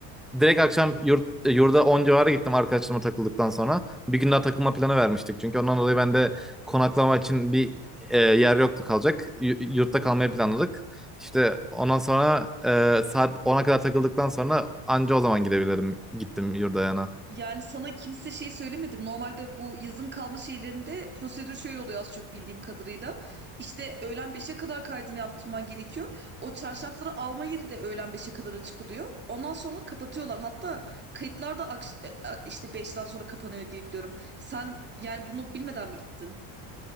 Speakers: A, in the centre; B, on the right.
A: Direkt akşam yurt, e, yurda 10 civarı gittim arkadaşlarıma takıldıktan sonra. Bir gün daha takılma planı vermiştik çünkü ondan dolayı ben de konaklama için bir e, yer yoktu kalacak. Y- yurtta kalmayı planladık. İşte ondan sonra e, saat 10'a kadar takıldıktan sonra anca o zaman gidebilirim. Gittim yurda yani.
B: Yani sana kimse şey söylemedim. Normalde bu yazın kalma şeylerinde prosedür şöyle oluyor az çok bildiğim kadarıyla. İşte öğlen beşe kadar kaydını yaptırman gerekiyor. O çarşafları alma yeri de öğlen beşe kadar açık oluyor. Ondan sonra kapatıyorlar. Hatta kayıtlar da akş- e, a- işte beşten sonra kapanıyor diye biliyorum. Sen yani bunu bilmeden mi gittin?